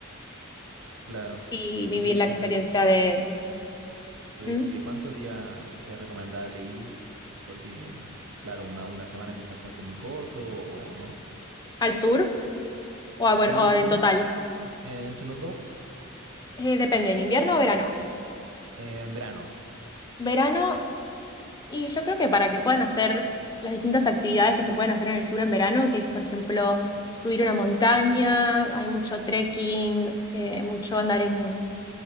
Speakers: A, on the right; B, on the left.
A: claro.
B: y
A: Tú,
B: vivir
A: tú dices
B: la experiencia
A: que,
B: de
A: tú
B: ¿Mm?
A: dices que cuántos días es recomendable ir, porque, claro, una, una semana quizás se hace muy corto o no.
B: al sur o, a-
A: Sí,
B: bueno,
A: el
B: o en
A: sur,
B: total.
A: eh, entre los dos.
B: Eh, depende, ¿en invierno o verano?
A: En verano,
B: Verano. Y yo creo que para que puedan hacer las distintas actividades que se pueden hacer en el sur en verano, que es, por ejemplo, subir una montaña, hay mucho trekking, eh, mucho andar en,